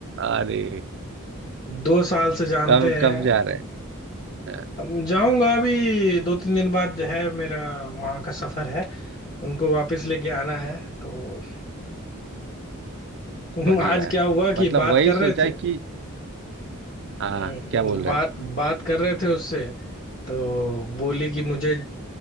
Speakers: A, on the right; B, on the left.
A: अरे
B: दो साल से जानते
A: कब
B: हैं
A: कब जा रहे हैं हाँ,
B: अब जाऊंगा अभी दो तीन दिन बाद जो है मेरा वहां का सफर है उनको वापस लेके आना है तो <laughs>
A: बढ़िया
B: आज
A: है
B: क्या हुआ
A: मतलब
B: कि बात
A: वही
B: कर
A: सोचा
B: रहे थे
A: कि हाँ
B: हम्म,
A: क्या बोल रहे
B: बात
A: थे
B: बात कर रहे थे उससे तो बोले कि मुझे